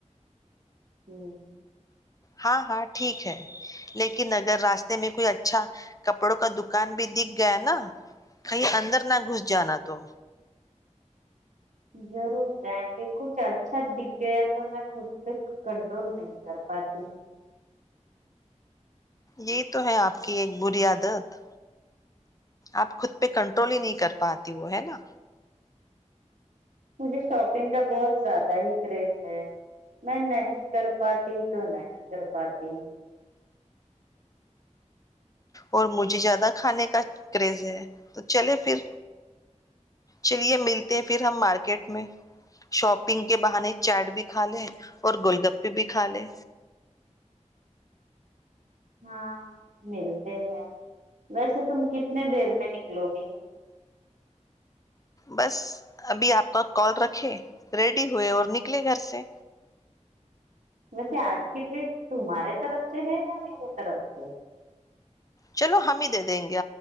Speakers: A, on the right; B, on the left.
A: ہوں
B: ہاں ہاں ٹھیک ہے لیکن اگر راستے میں کوئی اچھا کپڑوں کا دکان بھی دکھ گیا نا کہیں اندر نہ گھس جانا تم
A: ضرور جائیں گے کچھ اچھا دکھ گیا تو میں خود پہ کنٹرول نہیں کر پاتی
B: یہ تو ہے آپ کی ایک بری عدت آپ خود پہ کنٹرول ہی نہیں کر پاتی وہ ہے نا
A: مجھے شاپنگ کا بہت زیادہ ہی کریز ہے میں نہیں کر پاتی تو نہیں کر پاتی
B: اور مجھے زیادہ کھانے کا کریز ہے تو چلے پھر چلیے ملتے ہیں پھر ہم مارکیٹ میں شاپنگ کے بہانے چیٹ بھی کھا لے اور گول گپے بھی کھا لے
A: ہاں ملتے ہیں ویسے تم کتنے دیر میں نکلو گے
B: بس ابھی آپ کا کال رکھے ریڈی ہوئے اور نکلے گھر سے
A: ویسے آج کی ڈیٹ تمہارے طرف سے ہے یا میرے طرف سے
B: چلو ہم ہی دے دیں گے